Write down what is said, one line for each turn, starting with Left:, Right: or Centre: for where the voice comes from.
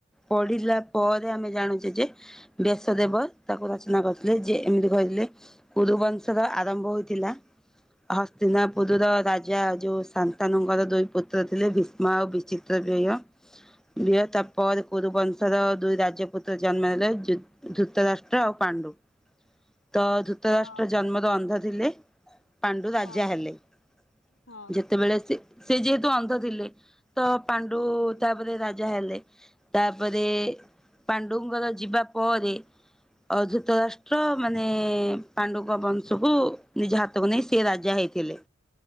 Centre: ପଢିଲା ପରେ ଆମେ ଜାଣୁଛେ ଯେ ବ୍ୟାସଦେବ ତାକୁ ରଚନା କରିଥିଲେ, ଯେ ଏମିତି କହିଥିଲେ କୁରୁବଂଶର ଆରମ୍ଭ ହୋଇ ଥିଲା। ହସ୍ତିନାପୁର ର ରାଜା ଯୋଉ ଶନ୍ତାନୁଙ୍କର ଦୁଇ ପୁତ୍ର ଥିଲେ ଭୀଷ୍ମ ଆଉ ବିଚି <unintelligible> ତାପରେ କୁରୁବଂଶର ଦୁଇ ରାଜପୁତ୍ର ଜନ୍ମ ହେଲେ ଧୂତରାଷ୍ଟ୍ର ଆଉ ପାଣ୍ଡୁ। ତ ଧୂତରାଷ୍ଟ୍ର
Left: ହଁ
Centre: ଜନ୍ମରୁ ଅନ୍ଧ ଥିଲେ। ପାଣ୍ଡୁ ରାଜା
Left: ହଁ
Centre: ହେଲେ। ଯେ
Left: ହଁ
Centre: ସେତେବେଳେ ସେ ସେ ଯେହେତୁ ଅନ୍ଧ ଥିଲେ ତ ପାଣ୍ଡୁ
Left: ହୁଁ
Centre: ତାପରେ ରାଜା ହେଲେ। ତାପରେ ପାଣ୍ଡୁଙ୍କର ଯିବା ପରେ ଅଧୂତ ରାଷ୍ଟ୍ର ମାନେ ପାଣ୍ଡୁଙ୍କ ବଂଶକୁ ନିଜ ହାତକୁ ନେଇ ସେ ରାଜା ହେଇଥିଲେ।